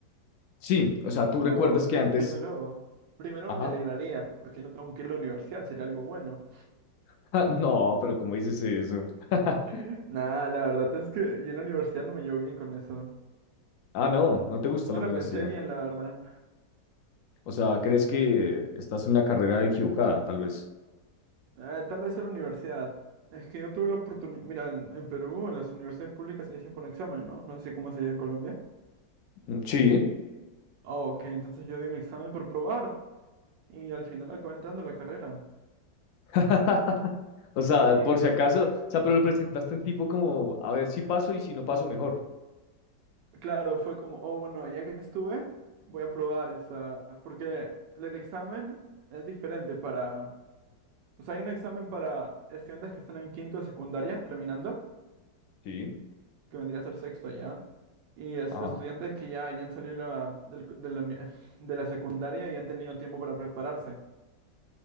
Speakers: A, on the left; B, on the right.
A: Sí, o sea, tú recuerdas
B: Oh,
A: que
B: pri-
A: antes,
B: primero, primero
A: ajá,
B: me alegraría, porque no tengo que ir a la universidad, sería algo bueno.
A: <laughs> no, pero ¿cómo dices eso? <laughs>
B: <laughs> Nah, la verdad es que yo en la universidad no me llevo bien con eso.
A: Ah, no, no te gusta
B: No
A: la
B: la
A: universidad.
B: pensé bien, la verdad.
A: O sea, crees que estás en una carrera equivocada, tal vez.
B: Eh, tal vez en la universidad. Es que yo tuve la oportunidad. Mira, en, en Perú las universidades públicas se inician por un examen, ¿no? No sé cómo se llama en Colombia.
A: Mm, Sí.
B: Ah, ok, entonces yo di mi examen por probar y al final acabé entrando a la carrera.
A: <laughs> O sea,
B: Y
A: por si acaso, o sea, pero lo presentaste en tipo como, a ver si paso y si no paso mejor.
B: claro, fue como, oh, bueno, ya que estuve, voy a probar esa. Porque el, el examen es diferente para. O sea, hay un examen para estudiantes que están en quinto de secundaria, terminando.
A: Sí.
B: que vendría a ser sexto allá. Y este,
A: Ajá,
B: estudiantes que ya, ya han salido la- del co- de, la, uni- <laughs> de la secundaria y han tenido tiempo para prepararse.